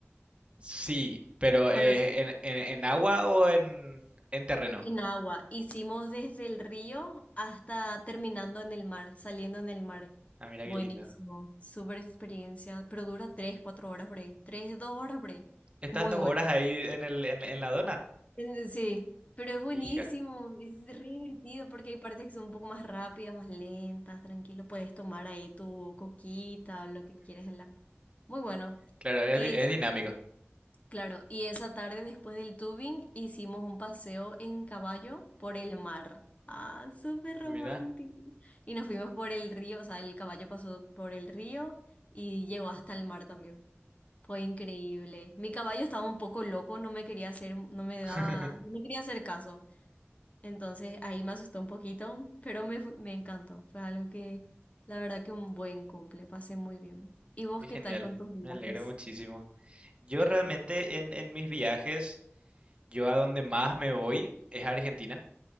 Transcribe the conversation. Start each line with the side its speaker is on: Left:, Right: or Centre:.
Right: Sí, pero
Left: ¿conoces?
Right: eh, ¿en, en, en agua o en, en terreno?
Left: En agua, hicimos desde el río hasta terminando en el mar, saliendo en el mar.
Right: Ah, mira
Left: Buenísimo,
Right: qué lindo.
Left: súper experiencia, pero dura tres, cuatro horas por ahí, tres, dos horas por ahí.
Right: Estás
Left: Muy
Right: dos
Left: bueno.
Right: horas ahí en el, en, en la dona.
Left: Eh, Sí, pero es buenísimo,
Right: Hija.
Left: es re divertido porque hay partes que son un poco más rápidas, más lentas, tranquilo, puedes tomar ahí tu coquita o lo que quieras. en la- Muy bueno.
Right: Claro, es,
Left: Y
Right: di- es
Left: es
Right: dinámico.
Left: Claro, y esa tarde después del tubing hicimos un paseo en caballo por el mar. Ah, súper romántico.
Right: Mira,
Left: Y nos fuimos por el río, o sea, el caballo pasó por el río y llegó hasta el mar también. Fue increíble. Mi caballo estaba un poco loco, no me quería hacer, no me daba,
Right: <laughs>
Left: no me quería hacer caso. Entonces ahí me asustó un poquito, pero me, fu- me encantó. Fue algo que, la verdad que un buen cumple, pasé muy bien. ¿Y vos
Right: qué
Left: qué
Right: genial.
Left: tal con tus viajes?
Right: Me alegro muchísimo. Yo
Left: Gracias.
Right: realmente en, en mis viajes, yo a donde más me voy es a Argentina.